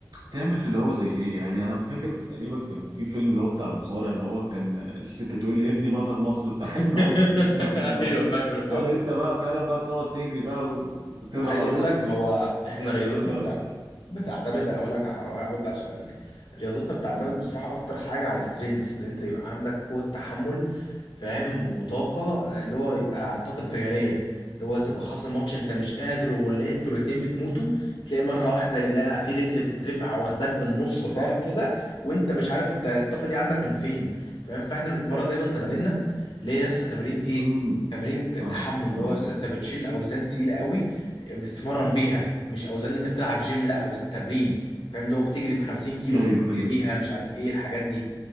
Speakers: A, on the right; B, on the left.
A: تعمل اللي هو زي ايه يعني انا فاكر في- تقريبا كان في فيلم اللي هو بتاع المصارع اللي هو كان الست بتقول لابني بطل مصر بتاع
B: <laughs>
A: حلم العمر فيلم حلم العمر
B: ايوه فاكره
A: هل انت بقى فعلا بقى بتقعد تجري بقى و- وتضرب
B: عايز
A: على
B: اقول
A: البوكس
B: لك هو
A: وتعمل
B: احنا رياضتنا
A: الكلام ده
B: بتاعت
A: ولا
B: بتعتمد هقول لك هرد على سؤالك رياضتنا بتعتمد
A: امم
B: بصراحه اكتر حاجه على سترينث اللي انت يبقى عندك قوه تحمل فاهم وطاقة آه، اللي هو يبقى طاقة انفجارية اللي هو تبقى حاصل ماتش انت مش قادر واللي انتوا الاتنين بتموتوا تلاقي مرة واحدة لقى في رجل بتترفع واخدك بالنص فاهم كده وانت مش عارف انت الطاقة دي عندك من فين فاهم فاحنا بنتمرن دايما تماريننا اللي هي لسه تمارين ايه
A: امم
B: تمارين ك-
A: فاهمك
B: تحمل
A: فاهمك
B: اللي هو لسه انت بتشيل اوزان تقيلة قوي آه، بتتمرن بيها مش اوزان اللي انت بتلعب جيم لا اوزان تمرين فاهم لو بتجري ب 50 كيلو
A: ايوه
B: بتجري
A: ايوه
B: بيها مش عارف ايه الحاجات دي